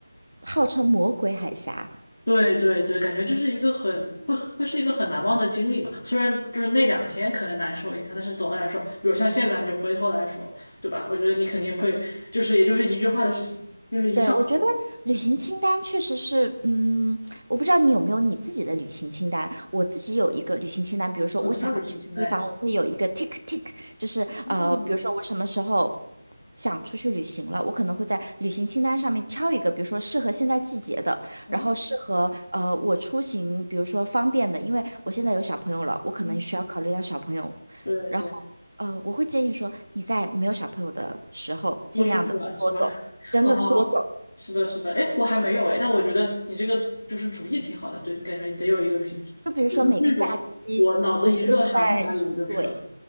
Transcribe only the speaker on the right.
号称魔鬼海峡，
对，我觉得旅行清单确实是，嗯，我不知道你有没有你自己的旅行清单。我自己有一个旅行清单，比如说我想要去的地方，
我会有一个 tick tick，就是呃，
比如说我什么时候想出去旅行了，我可能会在旅行清单上面挑一个，比如说适合现在季节的，
然后适合呃我出行，比如说方便的，因为我现在有小朋友了，
我可能需要考虑到小朋友，
然后呃，我会建议说你在没有小朋友的时候，尽量的多走，
真的多走。
就比如说每个假期，我会在，对